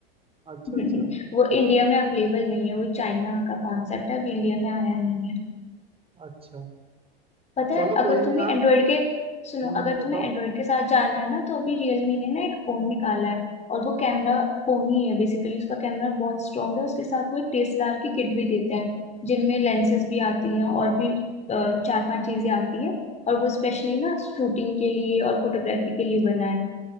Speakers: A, on the right; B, on the left.
A: अच्छा
B: <laughs>
A: अच्छा
B: वो इंडिया में अवेलेबल नहीं है वो चाइना का कॉन्सेप्ट है अभी इंडिया में आया नहीं है
A: अच्छा
B: पता
A: चलो
B: है अगर
A: कोई नहीं
B: तुम्हें
A: यार
B: एंड्रॉइड के सुनो
A: हम्म,
B: अगर
A: बताओ
B: तुम्हें एंड्रॉइड के साथ जाना है ना तो अभी रियलमी ने ना एक फोन निकाला है और वो कैमरा फोन ही है बेसिकली उसका कैमरा बहुत स्ट्रांग है उसके साथ वो एक डीएसएलआर की किट भी देते हैं जिनमें लेंसेज भी आती हैं और भी अ, चार पांच चीजें आती है और वो स्पेशली ना शूटिंग के लिए और फोटोग्राफी के लिए बना है